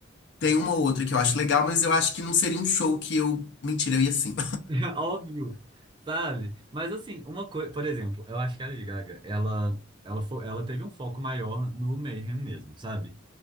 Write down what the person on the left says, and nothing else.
Tem uma ou outra que eu acho legal, mas eu acho que não seria um show que eu. Mentira, eu ia sim.